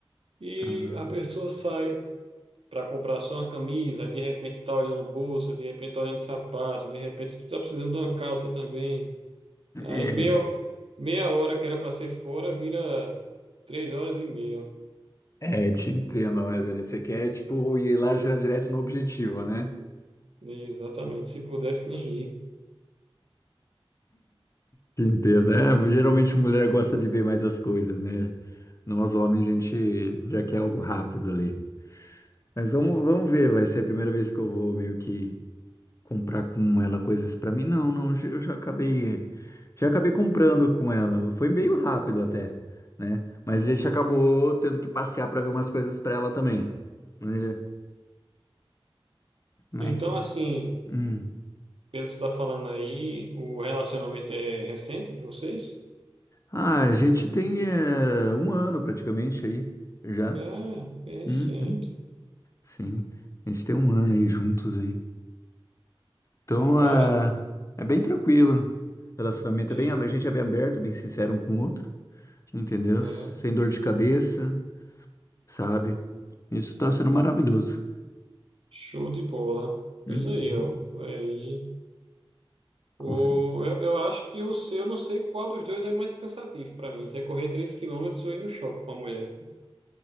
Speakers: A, on the right; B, on the left.
A: E
B: Ah,
A: a pessoa sai para comprar só uma camisa, aí de repente está olhando bolsa, de repente tá olhando sapato, de repente tu tá precisando de uma calça também.
B: é.
A: Aí meia, meia hora que era para ser fora vira três horas e meia.
B: É, te entendo, mas né, você quer, tipo, ir lá já direto no objetivo, né?
A: Exatamente. Se pudesse nem ir.
B: Te entendo, né? Geralmente mulher gosta de ver mais as coisas, né? Nós homens, a gente já quer algo rápido ali. Mas vamos, vamos ver, vai ser a primeira vez que eu vou meio que comprar com ela coisas pra mim. Não, não, já- eu já acabei, já acabei comprando com ela. Foi meio rápido até, né? Mas a gente acacabou tendo que passear pra ver umas coisas pra ela também. Mas, mas,
A: Então, assim,
B: hum.
A: pelo que tu tá falando aí, o relacionamento é recente de vocês?
B: Ah, a gente tem eh, um ano praticamente aí, já.
A: Ah, é recente.
B: Uhum, sim, a gente tem um ano aí juntos aí. Então, ah,
A: Cara.
B: é bem tranquilo. O Relacionamento
A: é,
B: é bem, a gente é bem aberto, bem sincero um com o outro, entendeu?
A: né?
B: Sem dor de cabeça, sabe? Isso tá sendo maravilhoso.
A: Show de bola.
B: Uhum,
A: Pois aí, ó. Vai aí.
B: com
A: O,
B: certeza.
A: eu, eu acho que o seu, eu não sei qual dos dois é mais cansativo para mim. Se é correr 3 quilômetros ou ir no shopping com a mulher.